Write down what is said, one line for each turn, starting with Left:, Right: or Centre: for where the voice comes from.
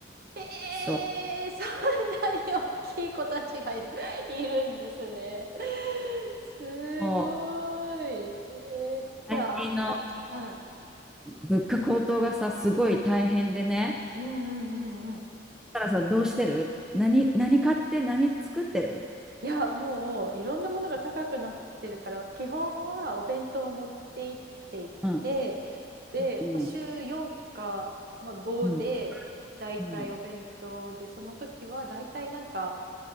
Right: ええそん
Centre: そう。
Right: なに大きい子たちがよいるんですね。すごい。
Centre: もう
Right: ええじゃあ、
Centre: 最近の
Right: か、はい。
Centre: 物価高騰がさ、すごい大変でね。
Right: うんうんうんうん。
Centre: たらさどうしてる何、何買って何作ってる
Right: いや、もういろんなものが高くなってるから、基本はお弁当を持って行っていて、
Centre: うん。
Right: で、
Centre: うん。
Right: まあ、週4か、まあ、5で、
Centre: うん。
Right: だいたいお弁当で、
Centre: うん。
Right: その時はだいたいなんか、